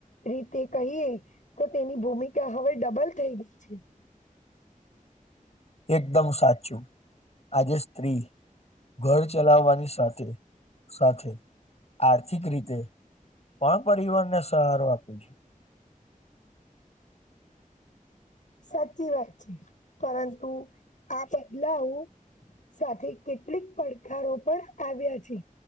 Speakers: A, on the left; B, on the left.
A: રીતે કહીએ તો તેની ભૂમિકા હવે ડબલ થઈ ગઈ છે.
B: એકદમ સાચું. આજે સ્ત્રી ઘર ચલાવાની સાથે સાથે આર્થિક રીતે. પણ પરવાર ને સહારો આપી છે.
A: સાચી વાત છે પરંતુ આ બદલાવું. સાથે કેટલીક પડકારો પણ આવ્યા છે.